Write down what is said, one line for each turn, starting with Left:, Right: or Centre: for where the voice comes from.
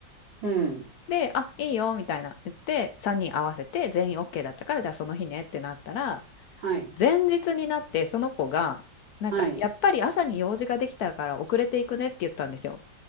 Right: うん。
Left: で、あ、いいよみたいな言って3人合わせて全員 OK だったからじゃあその日ねってなったら
Right: はい。
Left: 前日になってその子がなんかやっぱり朝に用事ができたから遅れていくねって言ったんですよ。
Right: はい。